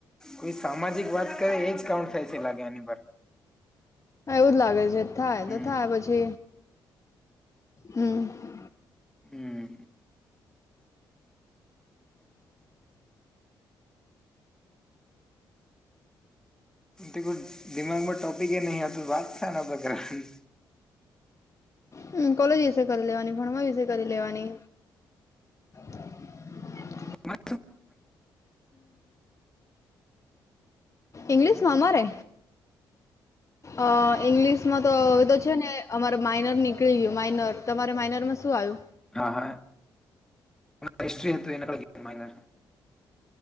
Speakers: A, in the centre; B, on the left (about 30°).
A: કોઈ સામાજિક વાત કરે એજ કાઉન્ટ થાય છે, લાગે એની પર.
B: હા એવું જ લાગે છે, થાય
A: હમ
B: તો થાય પછી હમ
A: હમ્મ. <unintelligible> દિમાગમાં ટોપિકેય નહીં, તો વાત શાના પર કરવી.
B: હમ્મ. કોલેજ વિશે કરી લેવાની, ભણવા વિશે કરી લેવાની. <inaudible>
A: <inaudible>
B: ઇંગ્લિશમાં અમારે? અહ ઇંગ્લિશ માં તો હવે તો છે ને અમારે માઇનર નીકળી ગયું માઇનર, તમારે માઇનરમાં શું આયું?
A: હા, હા, <inaudible> હિસ્ટ્રી હતું, એના પર ગયું માઈનર.